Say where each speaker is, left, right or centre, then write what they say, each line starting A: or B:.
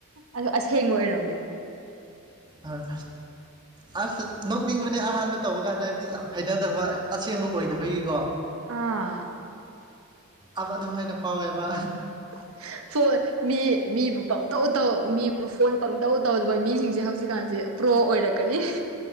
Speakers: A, on the right; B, on the right.
A: ꯑ ꯑꯁꯦꯡꯕ ꯑꯣꯏꯔꯝꯃꯦ
B: ꯑꯣꯏ ꯑꯁ ꯅꯣꯛꯅꯤꯡꯕꯅꯦ ꯑꯍꯥꯟꯕ ꯇꯧꯕ ꯀꯥꯟꯗ ꯍꯥꯏꯕꯗꯤ ꯌꯥꯝ ꯍꯩꯅꯗꯕ ꯑꯁꯦꯡꯕ ꯑꯣꯏꯗꯕꯒꯤꯀꯣ
A: ꯑꯥ
B: ꯑ ꯑꯗꯨꯝ ꯍꯥꯏꯅ ꯐꯥꯎꯋꯦꯕ
A: <inaudible> ꯐꯣꯟ ꯃꯤ ꯃꯤꯕꯨ ꯄꯪꯇꯧ ꯇꯧ ꯃꯤꯕꯨ ꯐꯣꯟ ꯄꯪꯇꯧ ꯇꯧꯗꯕ ꯃꯤꯁꯤꯡꯁꯦ ꯍꯧꯖꯤꯛꯀꯥꯟꯁꯦ ꯄ꯭ꯔꯣ ꯑꯣꯏꯔꯛꯀꯅꯤ